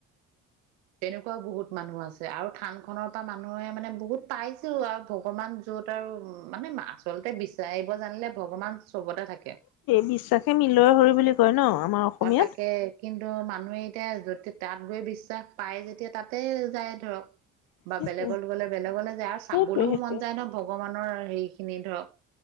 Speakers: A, on the right; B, on the left.
A: এনেকুৱাও বহুত মানুহ আছে আৰু থান খনৰ পৰা মানুহে মানে বহুত পাইছো আৰু ভগৱান য'ত আৰু মানো আচলতে বিচাৰিব জানিলে ভগৱান চবতে থাকে।
B: বিশ্বাসে মিলৰ স বুলি কয় ন আমাৰ। অসমীয়াত
A: অ' তাকে। কিন্তু মানুহে এতিয়া য তাত গৈ বিশ্বাস পায় যেতিয়া তাতে যায় ধৰক।
B: সেইটোৱে
A: বা বেলেগলৈ গলে বেলেগলে যায় আৰু
B: সেইটোৱে
A: চাবলৈও
B: সেইটোৱে
A: মন যায় ন ভগৱানৰ হেৰি খিনি ধৰক